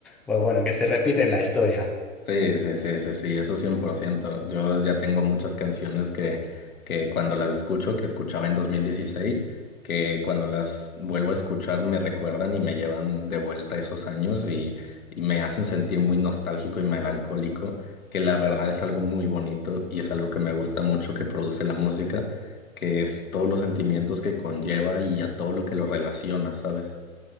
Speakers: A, in the centre; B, on the left.
A: pues bueno, que se repite la historia.
B: Sí, sí, sí, sí, sí, eso 100%. Yo ya tengo muchas canciones que, que cuando las escucho, que escuchaba en 2016, que cuando las vuelvo a escuchar me recuerdan y me llevan de vuelta a esos años y, y me hacen sentir muy nostálgico y melancólico, que la verdad es algo muy bonito y es algo que me gusta mucho que produce la música, que es todos los sentimientos que conlleva y a todo lo que lo relaciona, ¿sabes?